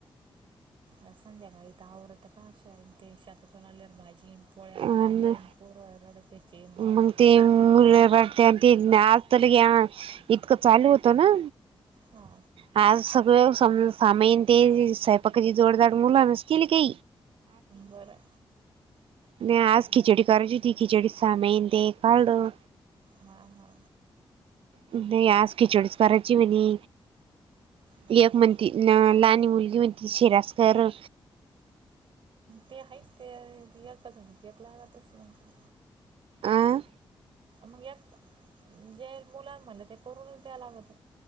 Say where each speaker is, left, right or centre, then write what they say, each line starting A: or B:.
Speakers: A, on the right; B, on the right.
A: आ संध्याकाळी त आवरत का, शे ते शेतातून आल्यावर भाजी पोळ्या
B: अ
A: भांडे पूर रड त्याची
B: मग ते <unintelligible> आणि ते आज <unintelligible> इतकं चालू होतं ना.
A: हा.
B: आज सगळं सम- सामायन ते स्वयंपाकाची जोडदार मुलांनचं केली की.
A: बरं.
B: नाही आज खिचडी करायची होती, खिचडी सामायन ते काढलं.
A: हा हा.
B: नाही आज खिचडीचं करायची म्हणे.
A: हां
B: लेक म्हणती न-लहानी मुलगी म्हणती शिराचं कर.
A: ते आहेच ते य एकचं झालं, घेतला तर सांगतो.
B: आ.
A: मग एक जे बोलाला म्हणाले ते, करूनच द्याय लागत.